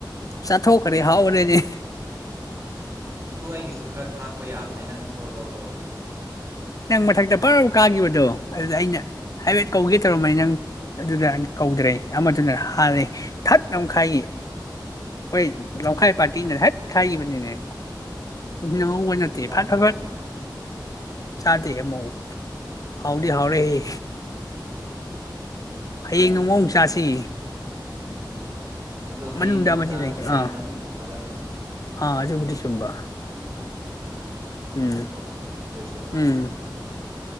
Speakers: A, on the left; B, on the right.
A: ꯆꯥꯊꯣꯛꯗ꯭ꯔꯦ ꯍꯥꯎꯕꯅꯦꯅꯦ
B: ꯇꯨ ꯑꯩꯒꯤꯁꯨ ꯈꯔ ꯈꯥꯛꯄ ꯌꯥꯕꯅꯦ ꯅꯪꯁꯣꯕꯀꯣ
A: ꯅꯪ ꯃꯊꯛꯇ ꯄꯔꯞ ꯀꯥꯒꯤꯕꯗꯣ ꯑꯗꯨꯗ ꯑꯩꯅ ꯍꯥꯏꯐꯦꯠ ꯀꯧꯒꯦ ꯇꯧꯔꯝꯕꯅꯤ ꯅꯪ ꯑꯗꯨꯗ ꯀꯧꯗ꯭ꯔꯦ ꯑꯃꯗꯨꯅ ꯍꯥꯜꯂꯦ ꯊꯠ ꯅꯝꯈꯥꯏꯒꯤ ꯍꯣꯏ ꯂꯝꯈꯥꯏ ꯄꯥꯔꯇꯤꯅ ꯍꯠ ꯈꯥꯏꯒꯤꯕꯅꯦꯃꯦ ꯅꯪꯍꯧꯕ
B: ꯑꯣ ꯇꯤꯟ
A: ꯅꯠꯇꯦ
B: ꯆꯥꯔꯝꯗꯕ꯭ꯔꯥ
A: ꯐꯠ ꯐꯠ ꯐꯠ ꯆꯥꯗꯦ ꯑꯃꯣ ꯍꯥꯎꯗꯤ ꯍꯥꯎꯔꯦꯍꯦ ꯍꯌꯦꯡ
B: ꯍꯣꯏ ꯑꯗꯨꯕꯨꯗꯤ
A: ꯅꯣꯡꯃꯃꯨꯛ
B: ꯃꯊꯛ
A: ꯆꯥꯁꯤ
B: ꯎꯝ ꯑꯗꯣ ꯍꯌꯦꯡꯒꯨꯝꯕ
A: ꯃꯅꯨꯡꯗ ꯑꯃꯗꯤ
B: ꯆꯥꯔꯒꯗꯤ
A: ꯂꯩꯒꯦ
B: ꯍꯦꯟꯅ
A: ꯑꯥ
B: ꯑꯃꯨꯛ ꯊꯨꯝꯃꯗꯝꯅꯦ
A: ꯑꯥ ꯑꯗꯨꯕꯨꯗꯤ ꯆꯨꯝꯕ
B: ꯊꯝꯃꯒꯀꯣ
A: ꯎꯝ
B: ꯐꯔꯤꯖꯇ ꯍꯥꯞꯄꯒ
A: ꯎꯝ
B: ꯊꯝꯕꯗꯣ